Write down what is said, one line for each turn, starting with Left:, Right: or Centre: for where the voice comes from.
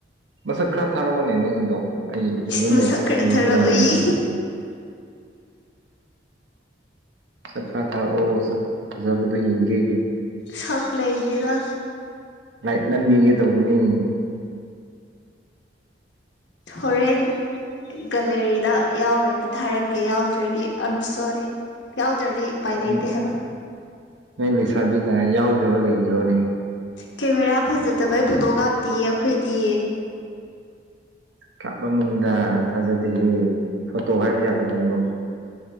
Right: ꯃꯁꯛ ꯈꯔ ꯊꯥꯔꯛꯑꯣꯅꯦ ꯅꯪꯒꯤꯗꯣ ꯑꯩ ꯐꯖꯅ
Left: ꯏꯁ ꯃꯁꯛ ꯈꯔ
Right: ꯎꯕ
Left: ꯊꯥꯔꯛꯑꯣꯌꯦ
Right: ꯉꯝꯗꯦꯅꯦ ꯁꯛ ꯈ꯭ꯔ ꯊꯥꯔꯛꯑꯣ ꯁꯛ ꯐꯖꯕꯗꯣ ꯌꯦꯡꯒꯦ꯫
Left: ꯁꯛ ꯂꯩꯇꯦꯗ꯫
Right: ꯂꯥꯏꯛ ꯅꯝꯕꯤꯒꯦ ꯇꯧꯕꯅꯦ꯫
Left: ꯍꯣꯔꯦꯟ ꯒꯂꯦꯔꯤꯗ ꯌꯥꯎꯔꯗꯤ ꯊꯥꯔꯛꯀꯦ ꯌꯥꯎꯗ꯭ꯔꯗꯤ ꯑ ꯑꯦꯝ ꯁꯣꯔꯤ ꯌꯥꯎꯗ꯭ꯔꯗꯤ ꯎꯄꯥꯏ ꯂꯩꯇꯦ
Right: ꯎꯝ
Left: ꯍꯥꯏꯕ
Right: ꯅꯣꯏ ꯂꯩꯁꯥꯕꯤꯅ ꯌꯥꯎꯗꯕ ꯂꯩꯒ꯭ꯔꯣꯅꯦ꯫
Left: ꯀꯦꯃꯦꯔꯥ ꯐꯖꯗꯕꯩ ꯐꯣꯇꯣ ꯀꯥꯞꯇꯤꯌꯦ ꯑꯩꯈꯣꯏꯗꯤ꯫
Right: ꯀꯥꯞꯂꯝꯒꯅꯤꯗ ꯊꯥꯖꯗꯦꯍꯦ ꯐꯣꯇꯣ ꯍꯥꯏꯕ ꯌꯥꯗꯕꯅꯤꯀꯣ꯫